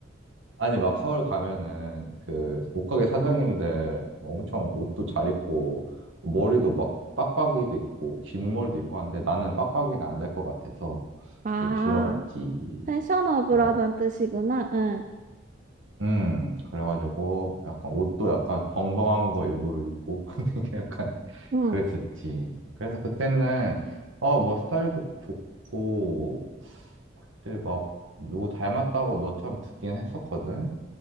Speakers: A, on the right; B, on the right.
A: 아니, 막 서울 가면은 그 옷가게 사장님들 엄청 옷도 잘 입고 머리도 막 빡빡이도 있고 긴 머리도 있고 한데 나는 빡빡이는 안 될 것 같아서
B: 아,
A: 이제 길러봤지.
B: 펜션업을
A: 그래가지고.
B: 하단 뜻이구나. 응.
A: 음, 그래가지고 약간 옷도 약간 벙벙한 거 일부러 입고 <laughs> 되게 약간
B: 응.
A: 그랬었지. 그래서 그때는 어, 뭐 스타일도 좋고 그때 막 누구 닮았다고 너처럼 듣긴 했었거든.